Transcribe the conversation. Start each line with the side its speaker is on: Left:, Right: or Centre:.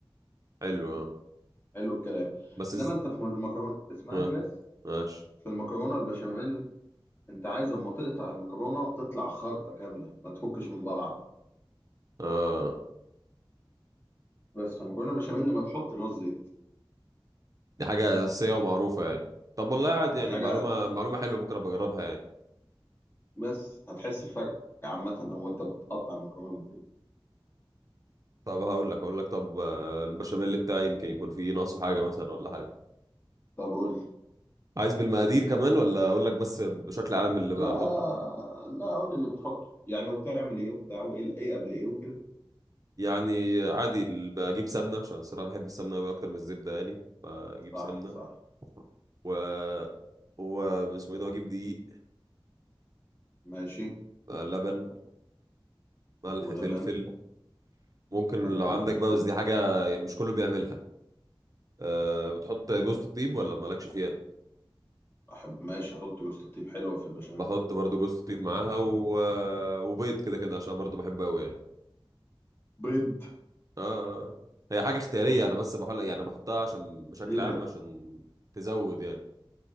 Right: حلو آه.
Left: حلو الكلام
Right: بس
Left: انما انت في المكرونة اسمعني
Right: آه.
Left: بس
Right: ماشي
Left: في المكرونة البشاميل انت عايز اما تقطع المكرونة تطلع خارطة كاملة ما تفكش من بعض
Right: آه.
Left: بس في المكرونة البشاميل لما تحط اللي هو الزيت
Right: دي حاجة أساسية ومعروفة يعني طب والله قاعد يعني
Left: ده حاجة
Right: معلومة معلومة حلوة ممكن أبقى أجربها يعني
Left: بس هتحس بفرق عامة لو انت بتقطع المكرونة كده
Right: طب هقول لك هقول لك طب آه، البشاميل بتاعي يمكن يكون فيه ناقصه حاجة مثلا ولا حاجة
Left: طب قول لي.
Right: عايز بالمقادير كمان ولا أقول لك بس بشكل عام اللي بحطه
Left: لا لا قول لي اللي بتحطه يعني وبتعمل ايه وبتاع وايه ايه قبل ايه وكده
Right: يعني عادي ال- بجيب سمنة عشان الصراحة بحب السمنة أوي أكتر من الزبدة يعني بجيب
Left: صح
Right: سمنة
Left: صح
Right: و و اسمه ايه ده اجيب دقيق
Left: ماشي
Right: آه، لبن ملح
Left: ولبن
Right: فلفل ممكن
Left: ملح
Right: لو عندك
Left: وفلفل
Right: بقى بس دي حاجة يعني مش كله بيعملها أه بتحط جوزة الطيب ولا مالكش فيها
Left: أحب ماشي أحط جوز الطيب حلوة في البشاميل
Right: بحط برضو جوزة الطيب معاها و... آه، وبيض كده كده عشان برضو بحبه قوي يعني
Left: بيض
Right: اه هي حاجة اختيارية انا بس بحط يعني انا بحطها عشان بشكل
Left: إيه ده؟
Right: عام عشان تزود يعني